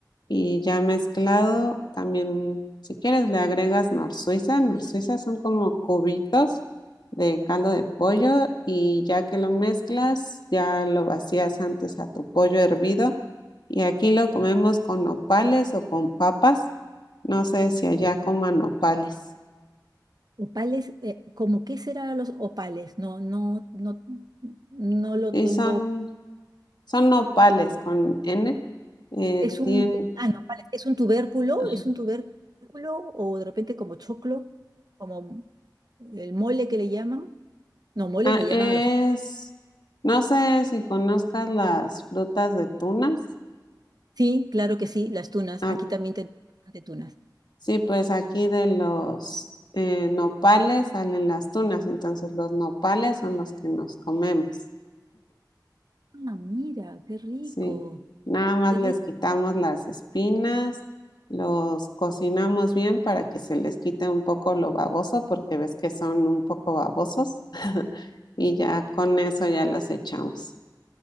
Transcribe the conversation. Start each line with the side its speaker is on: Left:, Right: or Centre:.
Left: y ya mezclado, también si quieres le agregas nor Suiza. Nor Suiza son como cubitos de caldo de pollo y ya que lo mezclas, ya lo vacías antes a tu pollo hervido y aquí lo comemos con nopales o con papas. No sé si allá coman nopales.
Right: Opales, eh, ¿cómo qué será los opales? No, no, no, no lo
Left: Sí,
Right: tengo.
Left: son, son nopales con N. Eh,
Right: Es un,
Left: tien-
Right: eh, ah, no, opales, es un tubérculo,
Left: ajá.
Right: es un tubérculo o de repente como choclo, como el mole que le llaman. No, mole
Left: Ah,
Right: le llaman
Left: es,
Right: a los...
Left: no sé si conozcas las frutas de tunas.
Right: Sí, claro que sí, las tunas.
Left: Ah,
Right: Aquí también tenemos bastante tunas.
Left: sí, pues aquí de los eh, nopales salen las tunas, entonces los nopales son los que nos comemos.
Right: Ah, mira, qué rico,
Left: Sí, nada más
Right: qué
Left: les
Right: rico.
Left: quitamos las espinas, los cocinamos bien para que se les quite un poco lo baboso, porque ves que son un poco babosos, <laughs> y ya con eso ya los echamos.